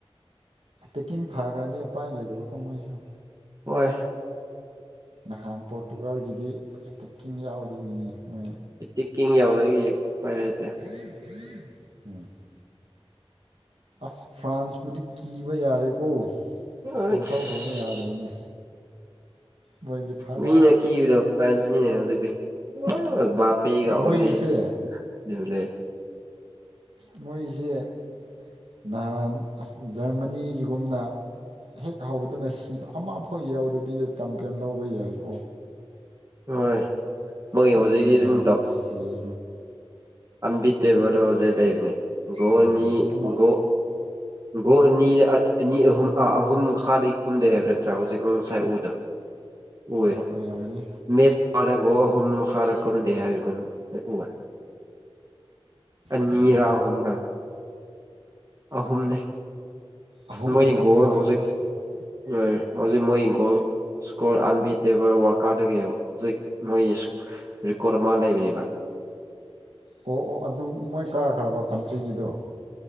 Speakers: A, on the right (about 70°); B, on the right (about 35°).
A: ꯇꯦꯛꯀꯤꯡ ꯐꯥꯈ꯭ꯔꯗꯤ ꯎꯄꯥꯏ ꯂꯩꯏꯗꯕꯀꯣ ꯃꯣꯏꯁꯨ
B: ꯍꯣꯏ
A: ꯅꯍꯥꯟ ꯄꯣꯔꯇꯨꯒꯥꯜꯒꯤꯗꯤ ꯑꯦꯇꯦꯛꯀꯤꯡ ꯌꯥꯎꯒꯗꯕꯒꯤꯅꯤ ꯃꯣꯏ
B: ꯑꯩ ꯆꯤꯀꯤꯡ ꯌꯥꯎꯗꯒꯤ ꯄꯥꯏꯔꯦꯇꯦ
A: ꯍ ꯎꯝ <unintelligible> ꯑꯁ ꯐ꯭ꯔꯥꯟꯁꯄꯨꯗꯤ ꯀꯤꯕ ꯌꯥꯔꯦꯀꯣ
B: ꯑꯩꯁ
A: ꯄꯪꯊꯧ ꯇꯧꯕ ꯌꯥꯗ꯭ꯔꯦꯅꯦ ꯃꯣꯏꯗꯤ ꯐꯖꯔꯦ
B: ꯃꯤꯅꯦ ꯀꯤꯕꯗꯣ ꯐꯥꯏꯟꯁꯅꯤꯅꯦ ꯍꯧꯖꯤꯛꯇꯤ ꯕꯥꯒ ꯑꯣꯁ ꯑꯗꯨꯕꯂꯦ
A: ꯃꯣꯏꯒꯤꯁꯦ ꯃꯣꯏꯁꯦ ꯅꯍꯥꯟ ꯖꯔꯃꯅꯤꯒꯤꯒꯨꯝꯅ ꯍꯦꯛ ꯍꯧꯕꯗꯨꯅ ꯁꯤꯕ ꯑꯃ ꯑꯐꯥꯎ ꯌꯥꯎꯗꯕꯤꯗ ꯆꯝꯄꯦꯟ ꯂꯧꯕ ꯌꯥꯏꯀꯣ
B: ꯍꯣꯏ ꯃꯣꯏ
A: ꯐ꯭ꯔꯥꯟꯁꯤꯝꯁꯦ
B: ꯍꯧꯖꯤꯛꯇꯤ ꯑꯗꯨꯝ
A: ꯑꯟꯗꯒꯤꯁꯤ ꯍꯌꯦ
B: ꯑꯝꯕꯤ ꯇꯦꯕꯔꯗ ꯍꯧꯖꯤꯛ ꯂꯩꯕꯅꯦ ꯒꯣ
A: ꯍꯣꯏ
B: ꯑꯅꯤ
A: ꯑꯃ
B: ꯒꯣ ꯒ꯭ꯔꯅꯤ ꯑꯅꯤ ꯑꯍꯨꯝ ꯑꯍꯨꯝ ꯃꯈꯥꯗꯤ ꯈꯨꯝꯗꯩ ꯍꯥꯏꯕ ꯅꯠꯇ꯭ꯔꯥ ꯍꯧꯖꯤꯛ ꯉꯁꯥꯏ ꯎꯗ <unintelligible> ꯑꯣꯏ
A: ꯑꯣꯏꯔꯝꯒꯅꯤ
B: ꯃꯦꯁ ꯐꯥꯔꯒ ꯑꯍꯨꯝ ꯃꯈꯥꯔꯛꯀꯨꯝꯗꯦ ꯍꯥꯏꯕ ꯎ ꯑꯅꯤꯔꯥ
A: ꯑꯣꯏꯔꯝꯒꯅꯤ
B: ꯑꯍꯨꯝꯗ ꯑꯍꯨꯝꯅꯤ
A: ꯑꯍꯨꯝ
B: ꯃꯣꯏ
A: ꯑꯣꯏꯔꯝꯒꯅꯤꯗ
B: ꯒꯣꯜ ꯍꯧꯖꯤꯛ
A: ꯍꯣꯏ
B: ꯍꯣꯏ ꯍꯧꯖꯤꯛ ꯃꯣꯏ ꯍꯪꯈꯣꯜ ꯁꯀꯣꯔꯜ ꯑꯟꯕꯤ ꯇꯦꯕꯔ ꯋꯥꯀꯥꯔꯗꯒꯤꯩꯣ ꯍꯧꯖꯤꯛ ꯃꯣꯏꯒꯤ ꯔꯦꯀꯣꯔꯠ ꯑꯃ ꯂꯩꯕꯅꯦꯕ
A: ꯑꯣ ꯑꯣ ꯑꯗꯨ ꯃꯣꯏ ꯀꯥꯈ꯭ꯔꯕ ꯀꯟꯇ꯭ꯔꯤꯒꯤꯗꯣ